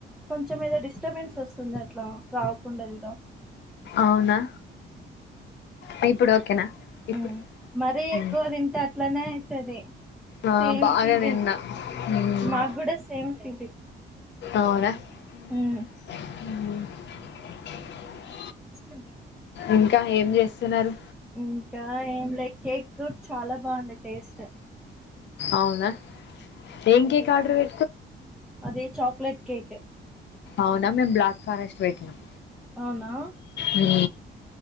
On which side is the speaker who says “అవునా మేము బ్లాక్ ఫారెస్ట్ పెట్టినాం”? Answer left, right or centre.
Left